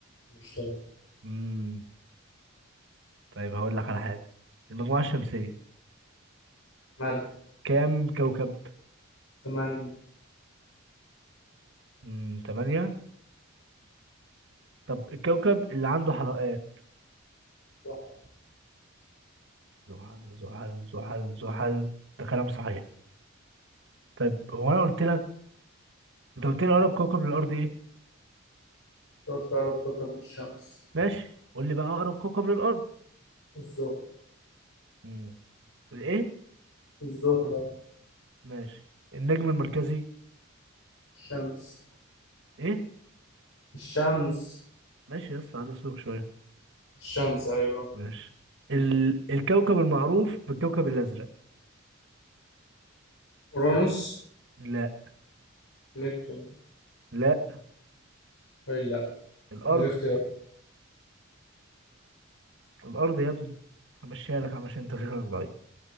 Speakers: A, on the left (about 75°); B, on the right (about 60°).
A: المشتري
B: امم طيب هقول لك على حاجه المجموعه الشمسيه
A: مال
B: كام كوكب
A: ثمانية
B: امم 8 طب الكوكب اللي عنده حلقات
A: زحل
B: زحل زحل زحل زحل ده كلام صحيح طيب هو انا قلت لك انت قلت لي اقرب كوكب للارض ايه
A: تلات أقرب كوكب للشمس
B: ماشي قول لي بقى اقرب كوكب للارض
A: الزهرة
B: امم ايه
A: الزهرة
B: ماشي النجم المركزي
A: الشمس
B: ايه
A: الشمس
B: ماشي يس على اسلوب شويه
A: الشمس أيوة
B: ماشي ال... الكوكب المعروف بالكوكب الازرق
A: أورانوس
B: لا
A: نبتون
B: لا
A: أي لأ
B: الارض
A: دي اختيار
B: الارض يا ابني همشيها لك عشان انت شكلك ضعيف